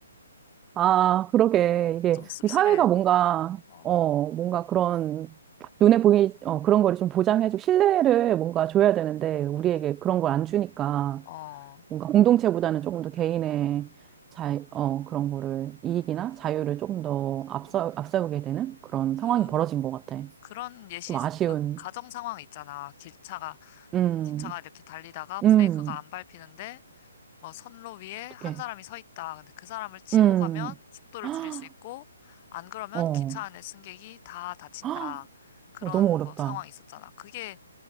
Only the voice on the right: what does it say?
아, 그러게. 이게,
이 사회가 뭔가,
어, 뭔가 그런, 눈에 보이, 어, 그런 거를 좀 보장해주고, 신뢰를 뭔가 줘야 되는데, 우리에게
그런 걸 안 주니까,
뭔가 공동체보다는 조금 더 개인의 자, 어, 그런 거를, 이익이나 자유를 조금 더 앞서,
앞세우게 되는 그런 상황이
벌어진 것 같아.
좀 아쉬운,
음,
음,
어떡해.
음,
헉,
어,
헉,
어, 너무 어렵다.